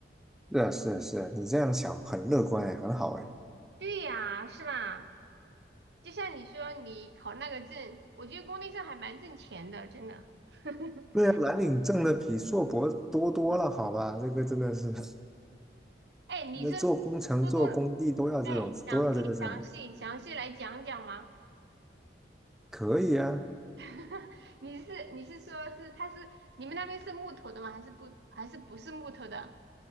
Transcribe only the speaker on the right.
对呀，是吧？就像你说你考那个证，我觉得工地上还蛮挣钱的，真的。<laughs>
哎，
你是
多多
你想可以详细详细来讲讲吗？
<laughs> 你是你是说是他是你们那边是木头的吗？还是不还是不是木头的？